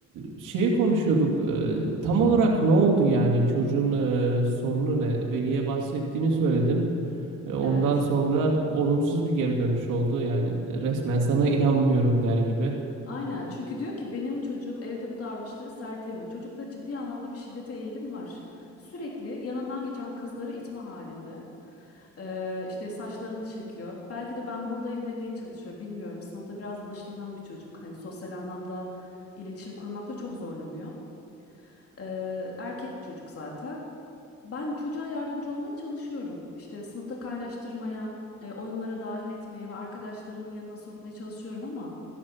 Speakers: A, on the right (about 85°); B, on the left (about 50°).
A: e, şeyi konuşuyorduk. e, tam olarak ne oldu yani çocuğun e, sorunu ne? Veli'ye bahsettiğini söyledin. E, ondan
B: Evet.
A: sonra olumsuz bir geri dönüş oldu. Yani resmen sana inanmıyorum der gibi.
B: Aynen çünkü diyor ki benim çocuğum evde bu davranışları sergilemiyor. Çocukta ciddi anlamda bir şiddete eğilim var. Sürekli yanından geçen kızları itme halinde. Ee, işte saçlarını çekiyor. Belki de ben buradayım demeye çalışıyor. Bilmiyorum. Sınıfta biraz da dışlanan bir çocuk. Hani sosyal anlamda iletişim kurmakta çok zorlanıyor. Ee, erkek çocuk zaten. Ben çocuğa yardımcı olmaya çalışıyorum. İşte sınıfta kaynaştırmaya, e, oyunlara dahil etmeye ve arkadaşlarının yanına sokmaya çalışıyorum ama